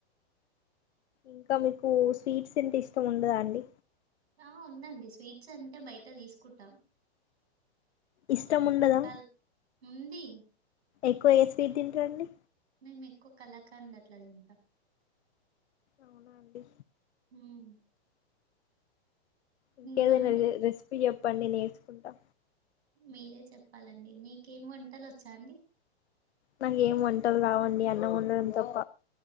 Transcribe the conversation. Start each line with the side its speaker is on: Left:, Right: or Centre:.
Left: ఇంకా మీకూ స్వీట్స్ ట్స్ ఇష్టం ఉండదా అండి
Right: ఆ ఉందండి స్వీట్స్ అంటే బయట తీసుకుంటాం
Left: ఇష్టం ఉండదా
Right: కల్ ఉందీ
Left: ఎక్కువ ఏ స్వీట్ తింటారండి
Right: మేము ఎక్కువ కళాఖండ్ అట్లా తింట
Left: అవునా అండి
Right: హ్మ్
Left: ఇంకేదైనా
Right: ఇంకా అండి
Left: రె రెసిపీ చెప్ ప్పండి నేర్చుకుంటా
Right: మీరే చెప్పాలండి మీకేమ్ వంటలు వచ్చా అండి
Left: నాకేం వంటలు రావండి అన్నం వండడం తప్ప